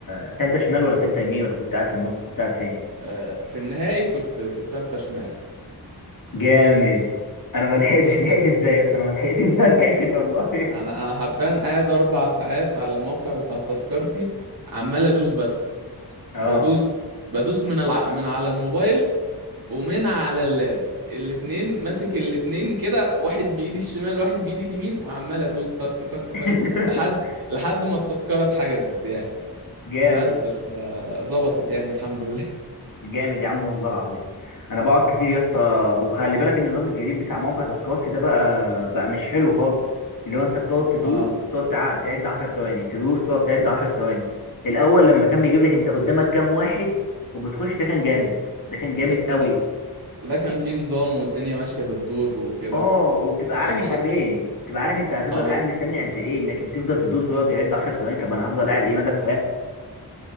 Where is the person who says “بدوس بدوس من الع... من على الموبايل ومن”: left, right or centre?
Right